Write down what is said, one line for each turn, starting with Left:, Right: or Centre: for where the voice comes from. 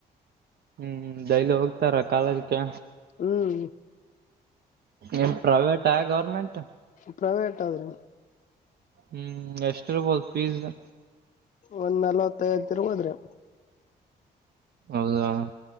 Right: ಹ್ಮ್ ಡೈಲಿ ಹೋಗ್ತಾರ ಕಾಲೇಜ್ ಕ
Left: ಹ್ಮ್
Right: ಏನ್ ಪ್ರೈವೇಟಾ ಗೌರ್ಮೆಂಟಾ?
Left: ಪ್ರೈವೇಟ್ ಆದ್ರೆ.
Right: ಹ್ಮ್ ಎಷ್ಟಿರ್ಬೋದು ಫೀಸು?
Left: ಒಂದ್ ನಲ್ವತ್ತೈವತ್ತ್ ಇರ್ಬೋದ್ರಿ.
Right: ಹೌದಾ?